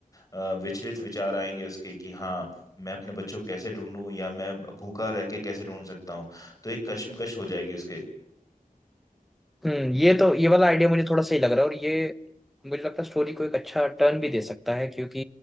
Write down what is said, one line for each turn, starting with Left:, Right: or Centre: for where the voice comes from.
Left: अ, विचलित विचार आएंगे उसके कि हाँ मैं अपने बच्चों को कैसे ढूंढूं या मैं भूखा रह के कैसे ढूंढ सकता हूँ तो एक कश्मकश हो जाएगी उसके
Centre: हम्म ये तो ये वाला आइडिया मुझे थोड़ा सही लग रहा है और ये मुझे लगता है स्टोरी को एक अच्छा टर्न भी दे सकता है क्योंकि